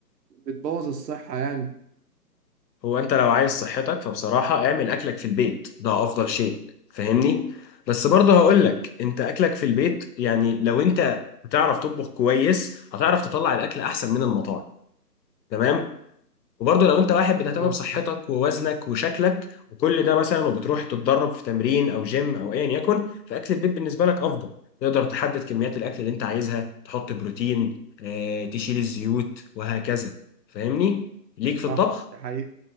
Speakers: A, on the right (about 75°); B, on the left (about 80°).
A: بتبوظ الصحة يعني
B: هو انت لو عايز صحتك فبصراحة اعمل اكلك في البيت ده افضل شيء فاهمني بس برضه هقول لك انت اكلك في البيت يعني لو انت بتعرف تطبخ كويس هتعرف تطلع الاكل احسن من المطاعم تمام وبرضه لو انت واحد بتهتم
A: اه
B: بصحتك ووزنك وشكلك وكل ده مثلا وبتروح تتدرب في تمرين او جيم او ايا يكن فاكل البيت بالنسبة لك افضل تقدر تحدد كميات الاكل اللي انت عايزها تحط بروتين آه، تشيل الزيوت وهكذا فاهمني ليك
A: صح
B: في الطبخ
A: دي حقيقة